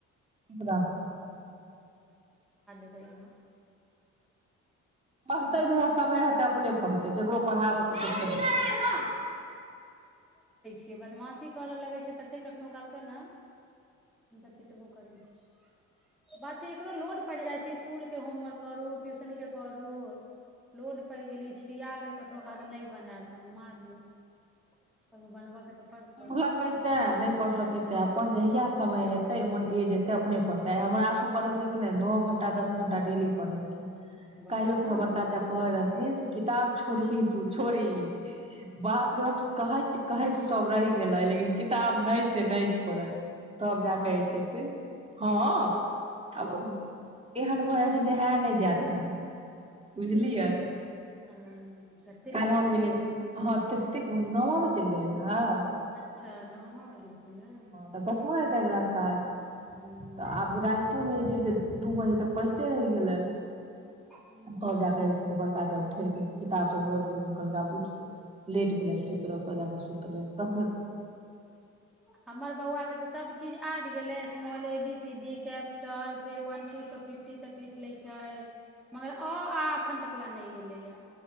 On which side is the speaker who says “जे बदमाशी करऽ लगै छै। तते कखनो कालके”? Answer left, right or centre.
Centre